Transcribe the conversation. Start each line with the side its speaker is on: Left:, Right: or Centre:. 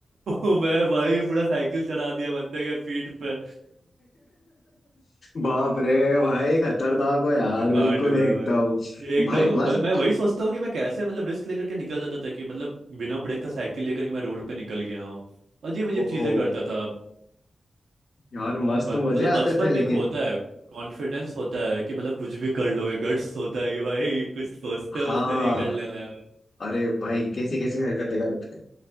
Right: तो मैं भाई पूरा साइकिल चला दिया बंदे के पीठ पे
Left: बाप रे भाई खतरनाक हो यार
Right: <laughs> कांड
Left: बिल्कुल
Right: हुआ
Left: एकदम
Right: है भाई एक
Left: भाई
Right: दो
Left: मस्त
Right: मतलब मैं वही सोचता हूँ कि मैं कैसे मतलब रिस्क लेकर के निकल जाता था कि मतलब बिना ब्रेक का साइकिल लेकर के मैं रोड पे निकल गया हूँ अजीब अजीब
Left: ओहो
Right: चीजें करता था
Left: यार मस्त
Right: बन,
Left: मजे
Right: मतलब बचपन
Left: आते थे
Right: में
Left: लेकिन
Right: एक होता है कॉन्फिडेंस होता है कि मतलब कुछ भी कर लोगे गट्स होता है कि भाई कुछ सोचते
Left: हाँ
Right: सोचते नहीं कर लेना है भाई
Left: अरे भाई कैसी कैसी हरकतें करते हैं